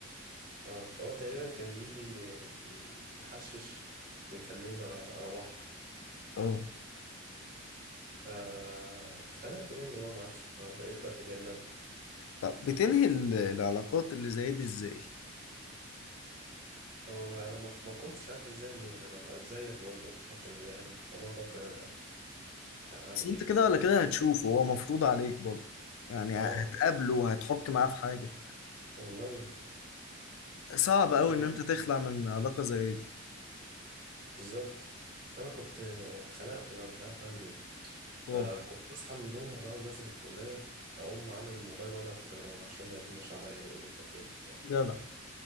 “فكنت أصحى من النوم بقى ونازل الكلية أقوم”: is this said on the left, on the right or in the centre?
Right